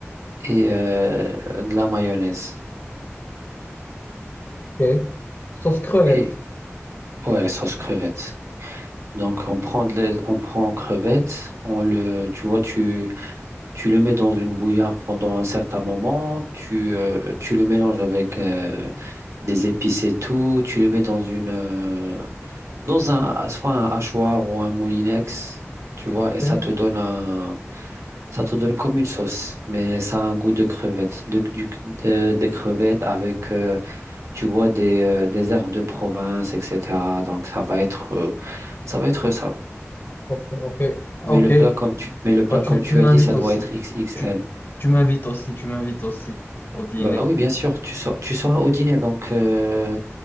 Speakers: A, on the right; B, on the left.
A: et euh, de la mayonnaise.
B: ok. Sauce crevette.
A: Et ouais, sauce crevette. Donc on prend de la- on prend crevette, on le tu vois tu Tu le mets dans une bouillarde pendant un certain moment, tu, euh, tu le mélanges avec euh, des épices et tout, tu le mets dans une euh, dans un soit un hachoir ou un moulinex, tu vois, et ça
B: Ok,
A: te donne un ça te donne comme une sauce, mais ça a un goût de crevette, de, du- de- des crevettes avec euh, tu vois des, euh, des herbes de province, etc. Donc ça va être euh, ça va être ça.
B: ok, ok.
A: Mais
B: ok.
A: le plat comme tu mais le plat
B: Bah, tu
A: comme tu
B: tu m'invites
A: as dit, ça
B: aussi.
A: doit être XXL.
B: Tu, tu m'invites aussi, tu m'invites aussi au dîner.
A: Bah oui, bien sûr, tu seras, tu seras au dîner, donc euh,